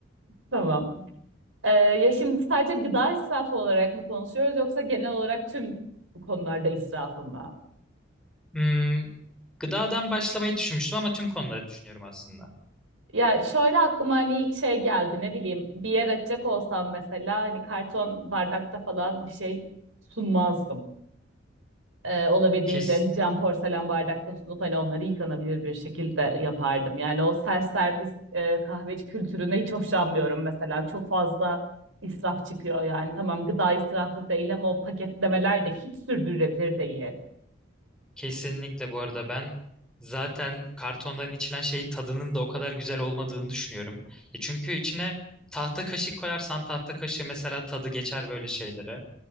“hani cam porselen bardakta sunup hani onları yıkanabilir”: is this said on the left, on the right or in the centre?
Right